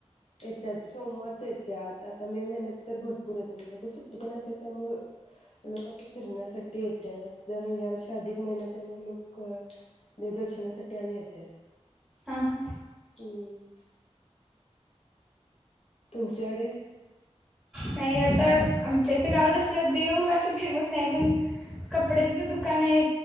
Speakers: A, on the left (about 70°); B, in the centre.
A: येतात सोमवारच येतात आता मे महिन्यात तर भरपूर येतात म्हणजे आता सुट्टी तेनं असत्या त्यामुळं लोक असं फिरण्यासाठी येतात जर ह्या वर्षी अधिक महिन्यात त्यामुळं लोक देवं दर्शनासाठी आणि येतात.
B: हा हा
A: हम्म तुमच्याकडे
B: नाही आता आमच्या इथे गावात असं देव असं फेमस नाही पण कपड्यांच दुकान आहे.